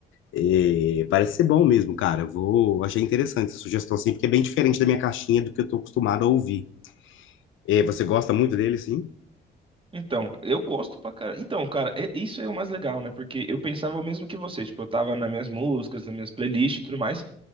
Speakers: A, on the left (about 80°); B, on the right (about 25°).
A: É, parece ser bom mesmo, cara. Vou, achei interessante essa sugestão, assim, porque é bem diferente da minha caixinha do que eu tô acostumado a ouvir. É, você gosta muito dele, sim?
B: Então, eu gosto pra cara. Então, cara, é- isso é o mais legal, né? Porque eu pensava o mesmo que você. Tipo, eu tava nas minhas músicas, nas minhas playlists e tudo mais.